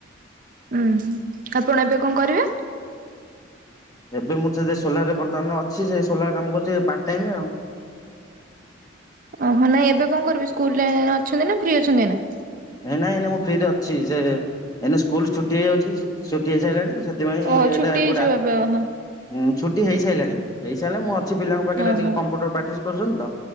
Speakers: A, on the right; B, on the left.
A: ଉୁଁ ଆପଣ ଏବେ କଣ କରିବେ?
B: ଏବେ ମୁଁ ତ ସେ ସୋଲାର ରେ ବର୍ତ୍ତମାନରେ ଅଛି ସେ ସୋଲାର କାମ କରୁଛି ପାଟ ଟାଇମି ଆଉ।
A: ଓହୋ ନାଇଁ ଏବେ କଣ କରିବି ସ୍କୁଲରେ ଅଛନ୍ତି ନା ଫ୍ରି ଅଛନ୍ତି ଏଇନା?
B: ନଁ ନାଇଁ ଏଇ ମୁଁ ଫ୍ରିରେ ଅଛି ସେ ଏଇନେ ସ୍କୁଲ ଛୁଟି ହେଇଯାଉଛି ଛୁଟି ହେଇ ସାରିଲାଣି ସେ ସେଥିପାଇଁ
A: ଓହୋ ଛୁଟି
B: ଏଇଟା
A: ହେଇଯିବ
B: ଗୋଟା
A: ଏବେ ଓହୋ
B: ହଁ ଛୁଟି ହେଇସାରିଲାଣି ହେଇସାରିଲେ ମୁଁ ଅଛି ପିଲାଙ୍କ ପାଖରେ
A: ଓହୋ
B: ଟିକେ କମ୍ପ୍ୟୁଟର ପା କରୁଛନ୍ତି ତ